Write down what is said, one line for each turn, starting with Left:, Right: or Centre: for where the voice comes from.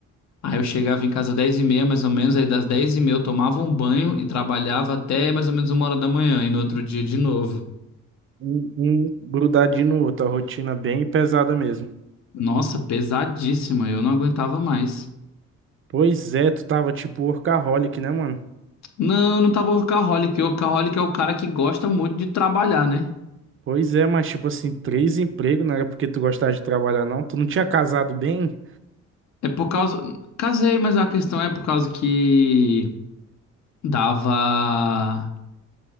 Left: aí eu chegava em casa às 10 e meia mais ou menos, aí das 10 e meia eu tomava um banho e trabalhava até mais ou menos uma hora da manhã e no outro dia de novo.
Right: um, um grudadinho no outro, a rotina bem pesada mesmo.
Left: Nossa, pesadíssima, eu não aguentava mais.
Right: Pois é, tu tava tipo workaholic, né, mano?
Left: Não, não tava workaholic. Workaholic é o cara que gosta muito de trabalhar, né?
Right: Pois é, mas tipo assim, três empregos, não era porque tu gostava de trabalhar, não? Tu não tinha casado bem?
Left: É por causa. Casei, mas a questão é por causa que dava.